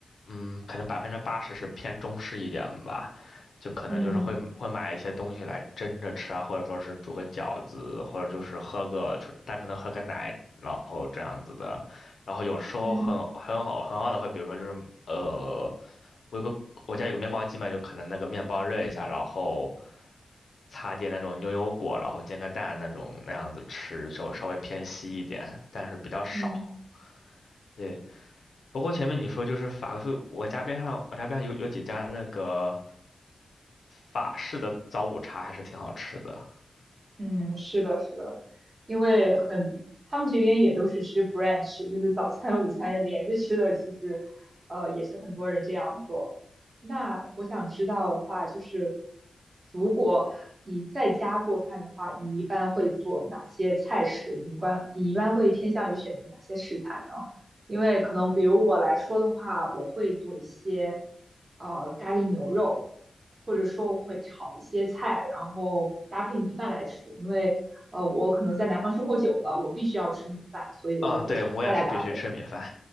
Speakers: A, on the left (about 75°); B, on the right (about 50°).
A: 嗯，可能百分之八十是偏中式一点吧，就可能就是会会买一些东西来蒸着吃啊，
B: 嗯
A: 或者说是煮个饺子，或者就是喝个纯单纯的喝个奶，然后这样子的。然后有时候很很好很好的会，
B: 嗯
A: 比如说就是呃，我有个我家有个面包机嘛，就可能那个面包热一下，然后擦点那种牛油果，然后煎个蛋那种那样子吃，稍微稍微偏稀一点，但是比较少。
B: 嗯。
A: 对，不过前面你说就是法式，我家边上我家边上有有几家那个法式的早午茶还是挺好吃的。
B: 嗯，是的，是的，因为很，他们这边也都是吃 brunch，就是早餐、午餐连着吃的，其实，呃，也是很多人这样做。那我想知道的话，就是如果你在家做饭的话，你一般会做哪些菜式？你一般你一般会偏向于选择哪些食材呢？因为可能比如我来说的话，我会做一些呃咖喱牛肉，或者说我会炒一些菜，然后搭配米饭来吃。因为呃我可能在南方生活久了，我必须要吃米饭，所以我就会炒菜来搭配。
A: 嗯，对，我也是必须吃米饭。